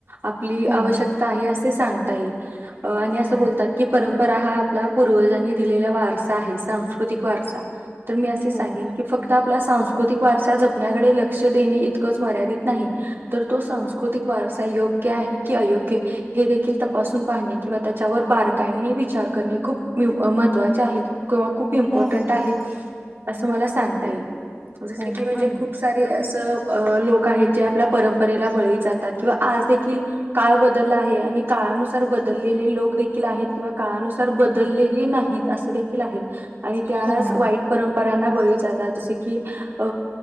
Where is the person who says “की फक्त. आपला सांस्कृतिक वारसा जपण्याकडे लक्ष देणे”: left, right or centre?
Right